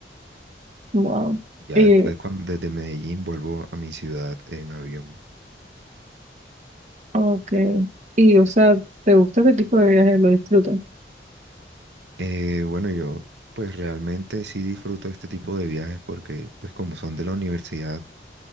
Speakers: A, on the right; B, on the right.
A: Wow.
B: Ya
A: Y,
B: después, cuando desde Medellín vuelvo a mi ciudad en avión.
A: ok. Y, o sea, ¿te gusta ese tipo de viajes? ¿Lo disfrutas?
B: Eh, bueno, yo pues realmente sí disfruto este tipo de viajes porque pues como son de la universidad,